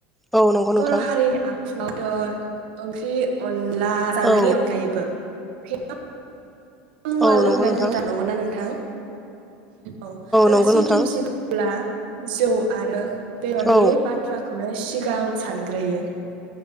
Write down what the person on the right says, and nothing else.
बर' हारिनि आ <unintelligible> ओंख्रि अन अनला जानायनि
अनगायैबो <unintelligible> मुवा
लोंनायखौ
<unintelligible> नंगौना नोंथां उ औ आलासि
दुमसि ब्ला जौ आरो बेदरनि
बाथ्राखौनो सिगां सानग्रोयो